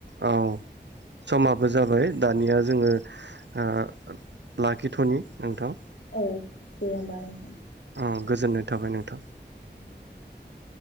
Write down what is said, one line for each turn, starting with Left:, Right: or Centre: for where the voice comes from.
Right: औ समाबो जाबाय दानिया जोङो ओ लाखिथनि नोंथां
Left: औ दे होमबा नोंथां
Right: उम गोजोननाय थाबाय नोंथां।
Left: <inaudible>